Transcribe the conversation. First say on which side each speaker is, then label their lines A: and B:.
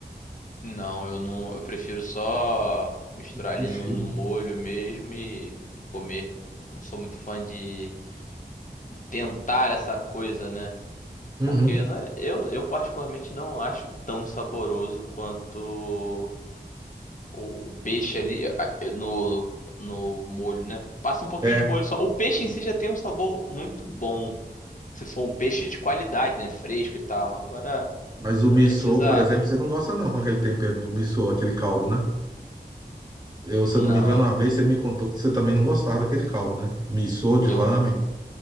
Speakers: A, on the left (about 50°); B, on the right (about 25°).
A: Não, eu não. Eu prefiro só misturar
B: Sushi,
A: ali no, no
B: né?
A: molho mesmo e comer. Não sou muito fã de, de tentar essa coisa, né?
B: Uhum.
A: Porque né, eu, eu particularmente não acho tão saboroso quanto o, o peixe ali ah, no, no molho, né? Passa um pouquinho
B: É,
A: de molho só. O peixe em si já tem um sabor muito bom. Se for um peixe de qualidade, né? Fresco e tal. Agora,
B: mas o missô,
A: não precisa.
B: por exemplo, você não gosta não com aquele tempero do missô, aquele caldo, né? Eu, se
A: Não.
B: eu não me engano, uma vez você me contou que você também não gostava daquele caldo, né? Missô de
A: Eu,
B: lamen,